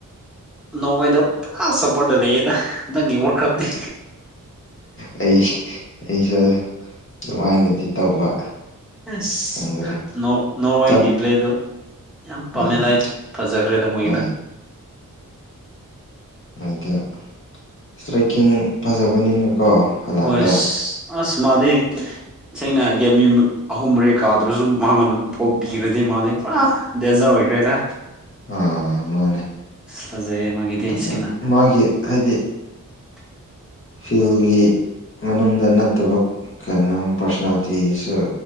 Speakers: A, in the centre; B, on the left.
A: ꯅꯣꯔꯋꯦꯗ ꯄꯨꯔꯥ ꯁꯄꯣꯔꯠꯗ ꯂꯩꯌꯦꯗ ꯅꯪꯒꯤ ꯋꯥꯔ ꯀꯞꯇꯤ
B: ꯑꯩ ꯑꯩꯁꯨ ꯑꯗꯨꯃꯥꯏꯅꯗꯤ ꯇꯧꯕ
A: ꯑꯦꯁ
B: ꯈꯪꯗ꯭ꯔꯦ
A: ꯅꯣ ꯅꯣꯔꯋꯦꯒꯤ
B: ꯆꯟ
A: ꯕ꯭ꯂꯦꯗꯣ ꯌꯥꯝ
B: ꯎꯝ
A: ꯄꯥꯝꯃꯦꯗ ꯑꯩꯗꯤ ꯐꯖꯈ꯭ꯔꯦꯗ ꯃꯣꯏꯒꯤꯅ
B: ꯍꯣꯏ ꯑꯗ ꯁꯇ꯭ꯔꯥꯏꯀꯤꯡ ꯐꯖꯕꯅꯤꯅꯀꯣ ꯍꯜꯂꯥꯟꯗꯣ
A: ꯍꯣꯏ ꯑꯁ ꯑꯁ ꯃꯥꯗꯤ ꯁꯦꯡꯅ ꯍꯥꯏꯒꯦ ꯃꯤ ꯑꯍꯨꯝ ꯃꯔꯤ ꯀꯥꯗ꯭ꯔꯁꯨ ꯃꯥꯉꯣꯟꯗ ꯕꯣꯜ ꯄꯤꯒ꯭ꯔꯗꯤ ꯃꯥꯗꯤ ꯄꯨꯔꯥ ꯗꯦꯖꯔ ꯑꯣꯏꯈ꯭ꯔꯦꯗ
B: ꯑꯥ ꯃꯥꯅꯦ
A: ꯐꯖꯩꯌꯦ ꯃꯥꯒꯤꯗꯤ
B: ꯑꯗ
A: ꯁꯦꯡꯅ
B: ꯃꯥꯒꯤ ꯍꯥꯏꯗꯤ
A: <inaudible>
B: ꯐꯤꯜꯒꯤ ꯃꯅꯨꯡꯗ ꯅꯠꯇꯕ ꯀꯩꯅꯣꯝ ꯄꯥꯔꯁꯣꯅꯦꯜꯂꯤꯇꯤꯒꯤꯁꯨ